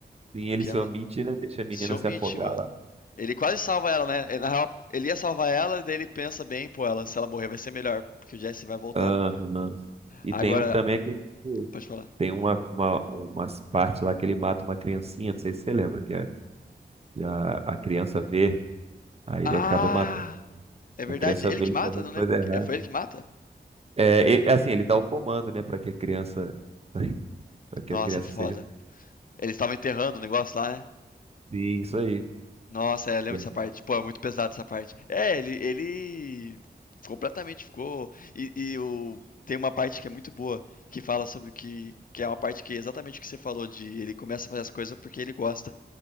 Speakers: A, on the right (about 35°); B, on the left (about 50°).
A: Sim, ele
B: Que
A: se
B: ela
A: omite, né? Deixa a menina
B: se omite,
A: se afogar
B: mano.
A: lá.
B: Ele quase salva ela, né? Ele- Na real, ele ia salvar ela, daí ele pensa bem, pô, ela, se ela morrer vai ser melhor, porque o Jesse vai voltar.
A: Aham. E
B: Agora,
A: tem um, também que tipo,
B: pode falar.
A: tem uma, uma, umas partes lá que ele mata uma criancinha, não sei se você lembra, que, a, que a, a criança vê, aí
B: Ah!
A: ele acaba matando.
B: É verdade.
A: A criança
B: Ele
A: vê
B: que
A: ele
B: mata?
A: fazendo
B: Não
A: coisa
B: lembro.
A: errada.
B: É, Foi ele que mata?
A: É, e- assim, ele dá o comando, né, para que a criança, <laughs> para que
B: Nossa,
A: a criança
B: é foda.
A: seja.
B: Eles estavam enterrando o negócio lá, né?
A: Sim, isso aí.
B: Nossa, é, eu lembro
A: É.
B: dessa parte. Pô, é muito pesado essa parte. É, ele, ele completamente ficou. E, e o... tem uma parte que é muito boa, que fala sobre o que. Que é uma parte que é exatamente o que você falou, de ele começa a fazer as coisas porque ele gosta.